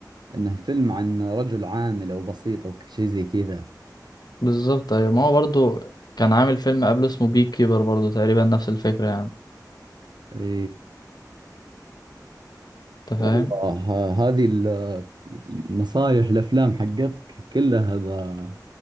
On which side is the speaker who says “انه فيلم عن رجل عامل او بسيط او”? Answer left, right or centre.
Right